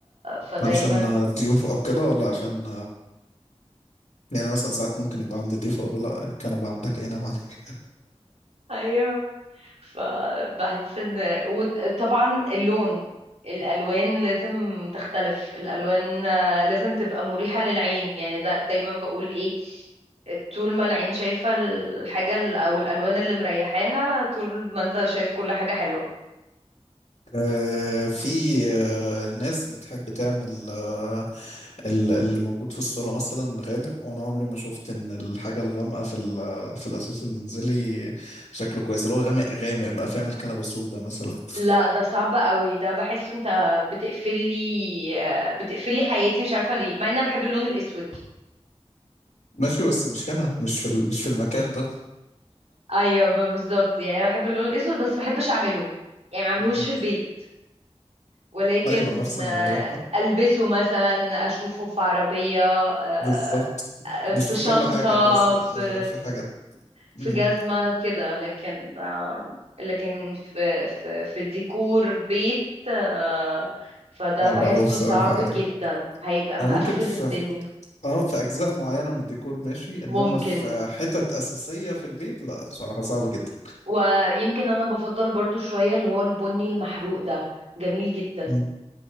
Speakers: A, on the right; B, on the left.
A: فدايما
B: علشان ضيوف او كده ولا عشان يعني مثلا ساعات ممكن يبقى عندي ضيف اقول له لا الكنبه عندك ايه نام عليك
A: ايوه فبحس ان وطبعا اللون الالوان لازم تختلف الالوان آه، لازم تبقى مريحة للعين يعني ده دايما بقول ايه طول ما العين شايفة الحاجة ال- او الالوان اللي مريحاها طول ما انت شايف كل حاجة حلوة
B: آه، في آه، ناس بتحب تعمل آه، ال- اللي موجود في الصاله مثلا غامق وانا عمري ما شفت ان الحاجه الغامقه في ال- في الاساس المنزلي شكله كويس اللي هو غامق غامق بقى فيعمل كنبه سودا مثلا
A: لا ده صعب قوي ده بحس انت بتقفلي آه، بتقفلي حياتي مش عارفة ليه مع ان انا بحب اللون الاسود
B: ماشي بس مش هنا مش في ال- مش في المكان ده
A: ايوه بالظبط يعني انا بحب اللون الاسود بس ما بحبش اعمله يعني ما اعملهوش
B: مم.
A: في البيت ولكن
B: ايوه نفس
A: آه،
B: الموضوع
A: ألبسه مثلا أشوفه في عربية آه،
B: بالظبط
A: في
B: مش في
A: شنطة
B: كل حاجه الناس ده
A: في
B: ايوه في حاجات
A: في
B: مم،
A: جزمة كده لكن آه، لكن في في في ديكور بيت آه، فده
B: صعبه
A: بحسه
B: قوي بصراحه
A: صعب جدا
B: أيوة.
A: هيبقى مقفل
B: او ممكن في
A: الدنيا
B: في- اه في اجزاء معينه من الديكور ماشي انما
A: ممكن
B: في حتت اساسيه في البيت لا صراحه صعب جدا
A: ويمكن أنا بفضل برضو شوية اللي هو البني المحروق ده جميل جدا
B: مم.